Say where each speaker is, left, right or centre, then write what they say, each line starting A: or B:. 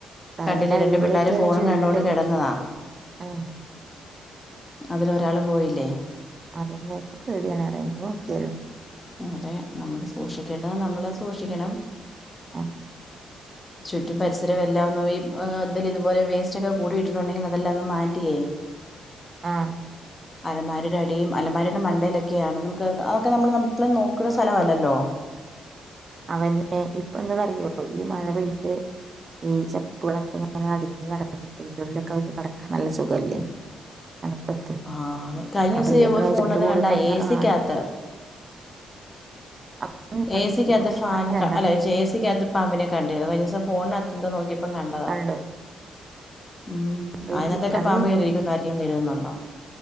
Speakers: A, on the right (about 35°); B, on the left (about 20°).
A: അതിന്റെ
B: കണ്ടില്ലേ
A: അടിയിൽ
B: രണ്ടു
A: കൂടെയൊക്കെയല്ലേ
B: പിള്ളേര് ഫോണും
A: ചുരുണ്ട്
B: കണ്ടോണ്ട് കെടെന്നതാ
A: ഉം
B: അതിലൊരാള് പോയില്ലേ
A: അതന്നെ ക്കെ പേട്യാണ്റ്യാ <unintelligible>
B: ഉം അതെ നമ്മള് സൂക്ഷിക്കേണ്ടത് നമ്മള് സൂക്ഷിക്കണം
A: അതെ
B: ചുറ്റും പരിസരവും എല്ലാം ഒന്ന് ഈ ഏഹ് എന്തേലും ഇതുപോലെ വേസ്റ്റാെക്കെ കൂട്ടിയിട്ടിട്ടുണ്ടെങ്കി അതല്ലാം ഒന്ന് മാറ്റിയേ
A: ആഹ്
B: അലമാരേടെ അടിയും അലമാരേടെ മണ്ടേലൊക്കെയാണ് നമുക്ക് അതൊക്കെ നമ്മള് നം മ്മള് നോക്ക്ണെ സ്ഥലവല്ലല്ലോ
A: അവന്ന് ഇപ്പ എന്താന്നറിയോ പ്പം ഈ മഴ പെയ്തിട്ട് ഈ ചപ്പുകളൊക്കെ ഇങ്ങനെ അടിഞ്ഞ് കിട <unintelligible> ഇയിന്റുള്ളിലൊക്കെ അവർക്ക് കെടെക്കാൻ നല്ല സുഖല്ലേ അട്പ്പത്ത്
B: ആഹ് അതെ കഴിഞ്ഞ
A: അപ്പൊ
B: ദിവസം
A: ഇതൊക്കെ
B: ഈ ഒരു
A: കഴച്ചിട്ട്
B: ഫോണിനകത്ത്
A: കൂടി
B: കണ്ടാ
A: കടന്നിറങ്ങാണ്
B: എ സിക്കകത്ത്
A: <inaudible>
B: എ സിക്കകത്ത് ഫാൻക
A: രണ്ടെണ്ണം
B: അല്ല എ സി ക്കകത്ത് പാമ്പിനെ കണ്ടിര്ന്നു കഴിഞ്ഞ ദിവസം ഫോണിനകത്ത് എന്തോ നോക്കിപ്പോ പ്പം കണ്ടതാ
A: കണ്ടു
B: ഉം
A: റേഞ്ചി
B: അയ്നാത്തൊക്കെ
A: അത്
B: പാമ്പ് കേറിയിരിക്കുംന്നാരേലും കെര്തുന്നുണ്ടോ